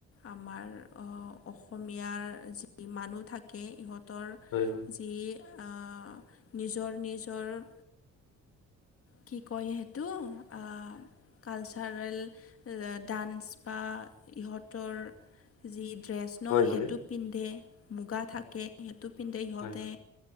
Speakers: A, on the left (about 50°); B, on the left (about 85°).
A: আমাৰ অঁ, অসমীয়াৰ যি মানুহ থাকে ইহঁত- তৰ
B: হয়
A: যি আঁ' নিজৰ নিজৰ- কি কয় সেইটো অ কালচাৰেল, ডান্স বা ইহঁতৰ যি ড্ৰেছ ন
B: হয়
A: সেইটো?
B: হয়
A: পিন্ধে মুগা থাকে সেইটো পিন্ধে সিহঁতে,
B: হয়